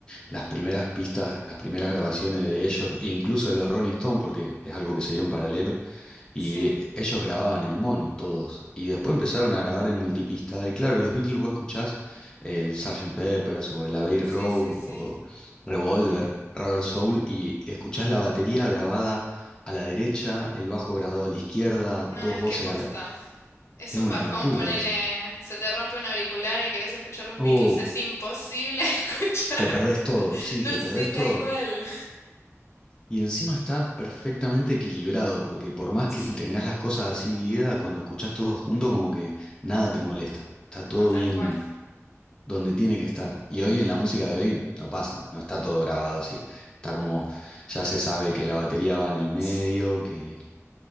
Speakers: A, on the left; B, on the left.
A: las primeras pistas, las primeras grabaciones de ellos, e incluso de los Rolling Stones, porque es algo que se dio en paralelo, y
B: sí,
A: eh, ellos grababan en mono todos, y después empezaron a grabar en multipista, y claro, los Beatles vos escuchás eh, el Sgt. Pepper's o el Abbey Road
B: sí, sí, sí.
A: o Revolver, Rubber Soul, y escuchás la batería grabada a la derecha, el bajo grabado a la izquierda,
B: No,
A: dos
B: es
A: voces
B: que posta.
A: a la...
B: Es
A: Es
B: un
A: una
B: bajón,
A: locura
B: ponele,
A: eso.
B: se te rompe un auricular y querés escuchar los
A: Uh,
B: Beatles, es imposible <laughs> escuchar.
A: te perdés todo, sí,
B: No,
A: te perdés
B: sí, tal
A: todo.
B: cual.
A: Y encima está perfectamente equilibrado, porque por más
B: Sí,
A: que tengas las cosas así divididas, cuando escuchás todo junto, como que nada te molesta. Está
B: no,
A: todo
B: tal
A: bien
B: cual.
A: donde tiene que estar. Y hoy en la música de hoy no pasa, no está todo grabado así. Está como, ya se sabe que la batería va en el medio,
B: Sí,
A: que...